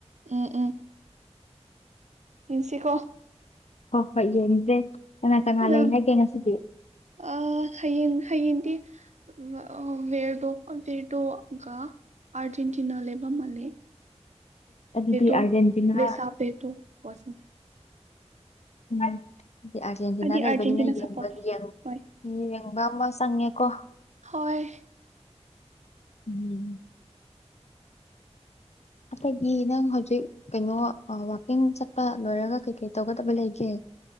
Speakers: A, on the right; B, on the left.
A: ꯎꯝ ꯎꯝ꯫ ꯌꯦꯡꯁꯤꯀꯣ꯫
B: ꯍꯣꯏ ꯍꯣꯏ ꯌꯦꯡꯖꯦ, ꯀꯅꯥ-ꯀꯅꯥ
A: ꯅꯪ
B: ꯂꯩ ꯍꯥꯏꯒꯦ ꯉꯁꯤꯗꯤ?
A: ꯑ ꯍꯌꯦꯡ-ꯍꯌꯦꯡꯗꯤ <unintelligible> ꯑꯔꯖꯦꯟꯇꯤꯅꯥ ꯂꯩꯕ ꯃꯥꯜꯂꯦ
B: ꯑꯗꯨꯗꯤ
A: <unintelligible>
B: ꯑꯥꯔꯖꯦꯟꯇꯤꯅꯥ
A: ꯇꯣ <unintelligible>
B: ꯎꯝ ꯑꯥꯔꯖꯦꯟꯇꯤꯅꯥ
A: ꯑꯩꯗꯤ
B: ꯂꯩꯕꯅꯤꯅ
A: ꯑꯔꯖꯦꯟꯇꯤꯅꯥ
B: <inaudible>
A: ꯁꯞꯄꯣꯔꯠ ꯇꯧ ꯍꯣꯏ
B: ꯌꯦꯡꯕ ꯑꯃ ꯆꯪꯉꯦꯀꯣ
A: ꯍꯣꯏ
B: ꯎꯝ ꯑꯇꯩꯗꯤ ꯅꯪ ꯍꯧꯖꯤꯛ ꯀꯩꯅꯣ ꯋꯥꯛꯀꯤꯡ ꯆꯠꯄ ꯂꯣꯏꯔꯒ ꯀꯩ ꯀꯩ ꯇꯧꯒꯗꯕ ꯂꯩꯒꯦ